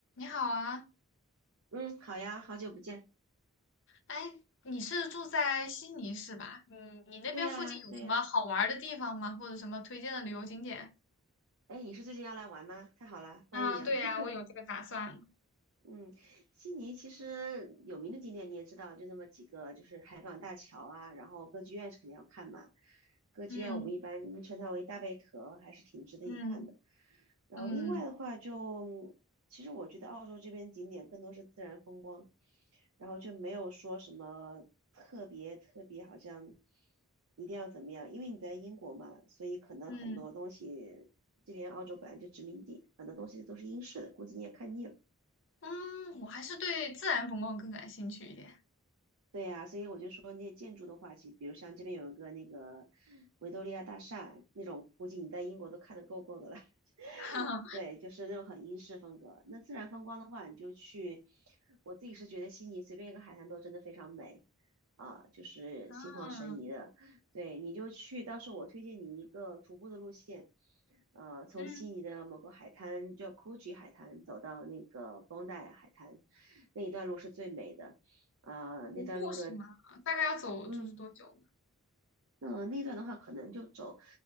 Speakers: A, on the left (about 55°); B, on the right (about 75°).
A: 你好啊，
B: 嗯，好呀，好久不见。
A: 哎，你是住在悉尼是吧？嗯，你那边附近有什么好玩儿的地方吗？
B: 对呀，对呀。
A: 或者什么推荐的旅游景点？
B: 哎，你是最近要来玩吗？太好了，欢迎啊。
A: 嗯，对呀，
B: <laughs>
A: 我有这个打算。
B: 嗯，悉尼其实有名的景点你也知道，就那么几个，就是海港大桥啊，然后歌剧院是肯定要看嘛。歌剧院我们一般称它为大贝壳，
A: 嗯
B: 还是挺值得一看的。
A: 嗯
B: 然后另外的话就，
A: 嗯
B: 其实我觉得澳洲这边景点更多是自然风光，然后就没有说什么特别特别，好像一定要怎么样，因为你在英国嘛，所以可能很多东西，
A: 嗯
B: 这边澳洲本来就殖民地，很多东西都是英式的，估计你也看腻了。
A: 嗯，我还是对自然风光更感兴趣一点。<laughs>
B: 对呀、所以我就说那些建筑的话，其实比如像这边有一个那个维多利亚大厦那种，估计你在英国都看得够够的了。<laughs>
A: 哈哈，
B: 对，就是那种很英式风格。那自然风光的话，你就去，我自己是觉得悉尼随便一个海滩都真的非常美啊，就是心旷神怡的。
A: 啊，
B: 对，你就去，到时候我推荐你一个徒步的路线，呃，从悉尼的某个海滩叫
A: 嗯，
B: c o o c e e 海滩走到那个 Bondi 海滩，那一段路是最美的，啊、那段路的，
A: 徒步是吗？大概要走就是多久呢
B: 嗯，那那段的话，可能就走